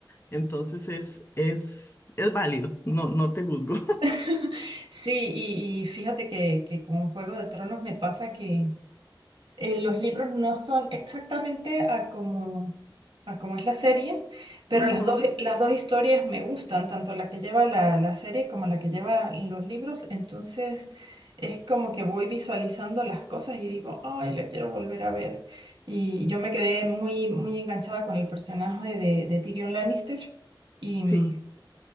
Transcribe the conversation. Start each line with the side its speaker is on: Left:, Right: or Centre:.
Left: Entonces es, es, es válido, no, no te juzgo.
Right: <laughs> Sí, y, y fíjate que, que con Juego de Tronos me pasa que eh, los libros no son exactamente a como, a como es la serie, pero
Left: Ujú,
Right: las dos, las dos historias me gustan, tanto la que lleva la, la serie como la que lleva los libros. Entonces es como que voy visualizando las cosas y digo, ay, la quiero volver a ver. Y yo me quedé muy, muy enganchada con el personaje de, de Tyrion Lannister y mm,
Left: Sí,